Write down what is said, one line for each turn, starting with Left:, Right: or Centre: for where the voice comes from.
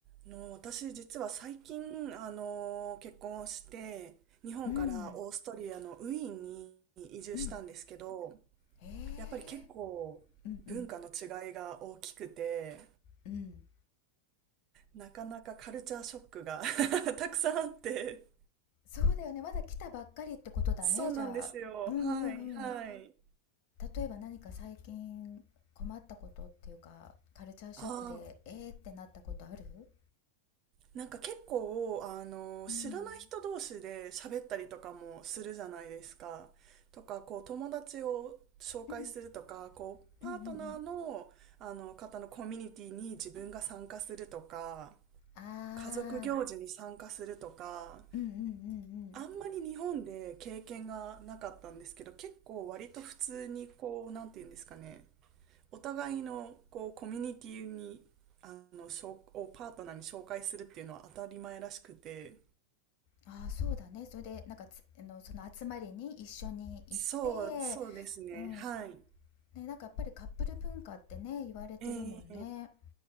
Right: あの、私実は最近、あの、結婚をして、日本からオーストリアのウィーンに移住したんですけど、
Left: うんうんへえ
Right: やっぱり結構文化の違いが大きくて、
Left: うんうんうん
Right: なかなかカルチャーショックが <laughs> たくさんあって。
Left: そうだよねまだ来たばっかりってことだねじゃあうんうんうん
Right: そうなんですよ。はい、はい。
Left: 例えば何か最近困ったことっていうかカルチャーショックでえーってなったことある
Right: ああ、なんか結構、あの、
Left: うん
Right: 知らない人同士で喋ったりとかもするじゃないですか。とか、こう、友達を紹介するとか、
Left: うん
Right: こう、
Left: うんうんうん
Right: パートナーの、あの、方のコミュニティに自分が参加するとか、
Left: あ
Right: 家族行事に参加するとか、
Left: ーうんうんうんうん
Right: あんまり日本で経験がなかったんですけど、結構割と普通にこう、なんて言うんですかね、お互いのこうコミュニティにあのしょをパートナーに紹介するっていうのは当たり前らしくて、
Left: あーそうだねそれでなんかつあのその集まりに一緒に行って
Right: そう、そうですね。
Left: うん
Right: はい。
Left: ねなんかやっぱりカップル文化ってね言われてるもんね
Right: ええ